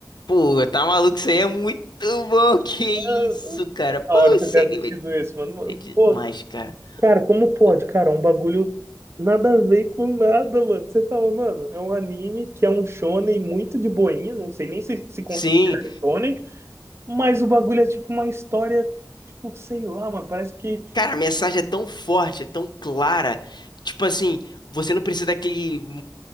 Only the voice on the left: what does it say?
Pô, tá maluco? Isso aí é muito bom. <laughs> Que isso,
cara? Pô,
esse
anime
é demais,
cara.
Pô,
Sim,
cara, a mensagem é tão forte, é tão clara. Tipo assim, você não precisa daquele.